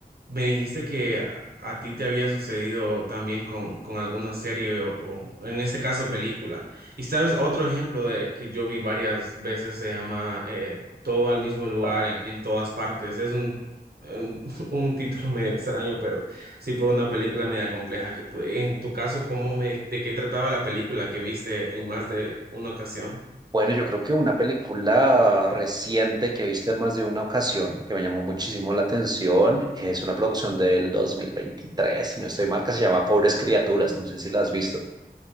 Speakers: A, on the right; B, on the right.
A: me dijiste que a a ti te había sucedido también con, con alguna serie o, o, en este caso película. Y sabes, otro ejemplo de que yo vi varias veces se llama eh, Todo al mismo lugar en, en todas partes. Es un, un, <laughs> un título medio extraño, pero Sí, fue una película media compleja que pude. En tu caso, ¿cómo me, de qué trataba la película que viste en más de una ocasión?
B: Bueno, yo creo que una película reciente que he visto en más de una ocasión, que me llamó muchísimo la atención, es una producción del 2023, si no estoy mal, que se llama Pobres Criaturas, no sé si la has visto.